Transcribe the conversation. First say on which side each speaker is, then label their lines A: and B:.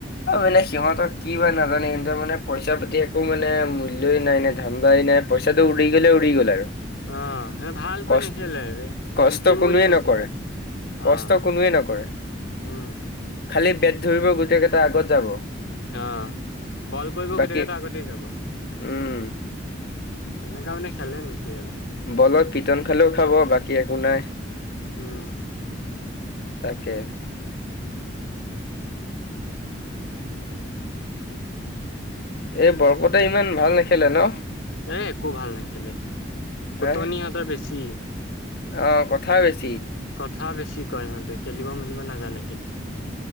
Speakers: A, on the left; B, on the left.
A: অ মানে সিহঁতক কি বা নাজানে স মানে পইচা পাতি একো মানে মূল্যয়ই নাই নে ধান্দাই পানে পইচাটো উ়িকিললে উৰিিকল আৰু
B: অ সেই ভালকৈ
A: কচ
B: নেখেলে এইব
A: কষ্ট
B: জিকিম
A: কোনোৱে
B: বুলি নেখেলে
A: নকৰে কষ্ট
B: অ'
A: কোনোৱে নকৰে
B: উম।
A: খালি বেট ধৰিব গোটেই কেইটা আগত যাব
B: আহ বল কৰিব
A: বাকী
B: ভিতকেইটা আগতে যাব
A: উম
B: এনেকা মানে খেলে নেকি আৰু।
A: বলত পিটন খালেও খাব বাকী একো নাই
B: উম,
A: তাকে এই বৰকোতে ইমান ভাল নেখেলে ন
B: এ একো ভাল নেখেলে ফুটনি
A: হা
B: সিহঁতৰ বেছি
A: অ কথা বেছি
B: কথা বেছি কয় সিহঁতে খেলিব মেলিব নাজানে কিন্তু